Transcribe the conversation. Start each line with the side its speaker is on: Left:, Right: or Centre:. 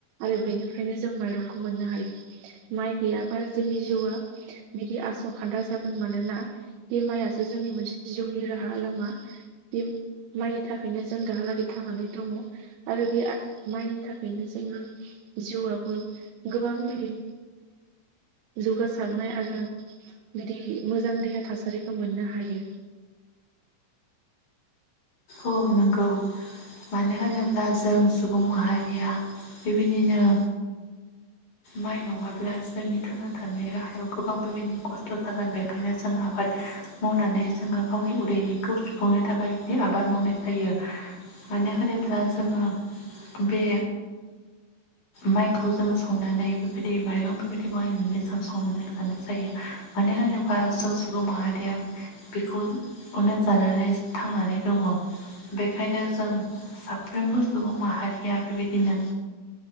Right: आरो बेनिफ्रायनो जों माइरंखौ मोननो हायो। माइ गैयाबा जोंनि जिउआ बिदि आस' खान्दा जागोन मानोना बे माइयासो जोंनि मोनसे जिउनि राहा लामा। बे माइनि थाखायनो जों दाहालागै थांनानै दङ। आरो बे माइनि थाखायनो जोंनि जिउआबो गोबां दि जौगासारनाय आरो बिदि मोजां देहा थासारिखो मोननो हायो।
Left: औ नंगौ। मानो होनोब्ला जों सुबुं माहारिया बेबायदिनो
Right: <inaudible>
Left: माइ नङाब्ला जोंनि थांना थानाय राहायाव गोबां बेबायदिनो खस्थ' जागोन बेखायनो जों आबाद मावनानै जोङो गावनि उदैनिखौ सुफुंनो थाखाय दि आबाद आबाद मावनाय जायो मानो होनोब्ला जोङो बे
Right: <inaudible>
Left: माइखौ जों संनानै बेबायदि माइरं बेबायदि बाहायनानै जों संनानै जानाय जायो। मानो होनोबा जों सुबुं माहारिया बेखौ-खौनो जानानै थांनानै दङ बेखायनो जों साफ्रोमबो सुबुं माहारिया बेबायदिनो